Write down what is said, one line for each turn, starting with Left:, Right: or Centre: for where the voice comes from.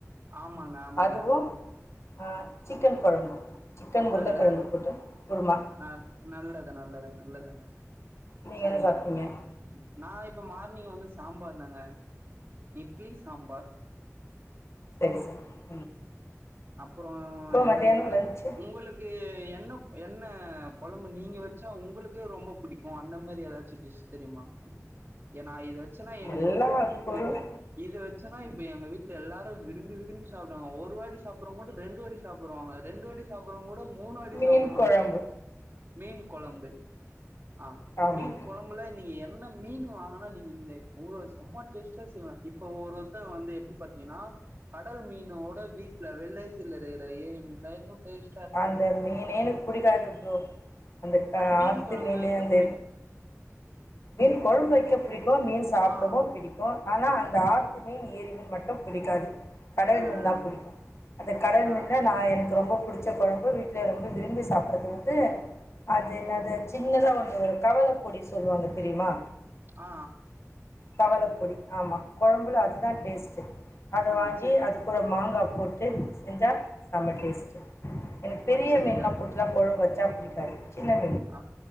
Right: ஆம் மாங்க ஆமாங்க
Left: அதுவும்
Right: ம்
Left: ஆ, சிக்கன் குழம்பு சிக்கன் உருளைக்கிழங்கு
Right: நல்லது
Left: போட்டு குருமா
Right: ந நல்லது நல்லது நல்லதுங்க <unintelligible>
Left: நீங்கள்
Right: சரிங்க
Left: என்ன சாப்பிட்டீங்க
Right: நான் இப்ப மா இன்னிக்கி வந்து சாம்பார் தாங்க இட்லி சாம்பார்
Left: செரி செரி
Right: அப்புறம் என்ன
Left: மதியானம்
Right: உங்களு
Left: லஞ்சு
Right: உங்களுக்கு என்ன என்ன கொழம்பு நீங்க வச்சா உங்களுக் கு ரொம்ப பிடிக்கும் அந்த மாரி ஏதாச்சிம் டிஷ் தெரியுமா நா இது வச்சன்னா எனக்கு
Left: எல்லா
Right: ரொம்ப ரொம்ப பிடிக்கும்
Left: பொருள்
Right: இது வச்சன்னா இப்ப எங்க வீட்ல எல்லாரும் விரும்பி விரும்பி சாப் டங்க ஒரு வாட்டி சாப்பறவங்க கூட ரெண்டு வாட்டி சாப்பறவாங்க ரெண்டு வாட்டி சாப்பறவங்க கூட மூணு வாட்டி
Left: மீன்
Right: சாப்பறவங்க
Left: குழம்பு
Right: மீன் கொழம்பு ஆ
Left: ஆமாம்
Right: மீன் கொழம்புல இன்னிக்கி என்ன நல்ல மீன் வாங்கனா நீங்க இந்த அவ்ளோ செம டேஸ்டா செய்வன் இப்போ ஒவ்வொருத்தவங்க வந்து எப்டி பாத்தீங்கன்னா கடல் மீன் னோட வீட்ல வில்லேஜில இருக்கிற ஏரி மீன்லா இன்னும் டேஸ்ட்
Left: அந்த மீனே எனக்கு புடிக்காது ஓ அந்த
Right: ஆனா மீன்
Left: ஆத்து
Right: குழம்பு
Left: மீனு
Right: வைக்க
Left: அந்த
Right: புடிக்கு
Left: மீன் கொழம்பு வக்க பிடிக்கு மீன் சாப்பிடவு
Right: ஆ
Left: பிடிக்கு ஆனா அந்த ஆத்து மீன் ஏரி மீன் மட்டு பிடிக்காது கடல்
Right: ஆ
Left: மீன் தா பிடிக்கு அந்த கடல்
Right: ஆ
Left: மீன்ல நா எனக்கு ரொம்ப புடிச்ச கொழம்பு வீட்ல ரொம்ப விரும்பி சாப்பறது வந்து அது என்ன அது சின்னதா ஒன்னு ஒரு கவல பொடி சொல்லுவாங்க தெரியுமா
Right: ஆ
Left: கவள பொடி ஆமா கொழம்புல அதான் டேஸ்ட் ச <unintelligible> அத
Right: ஆ
Left: வாங்கி
Right: செ
Left: அது கூட மாங்க மாங்கா போட்டு செஞ்சா செம டேஸ்ட் எனக்கு பெரிய
Right: செரிங்க
Left: மீன் எல்லா போட்டுதா கொழம்பு வச்சு தா பிடிக்காது பிடி சின்ன
Right: ஆ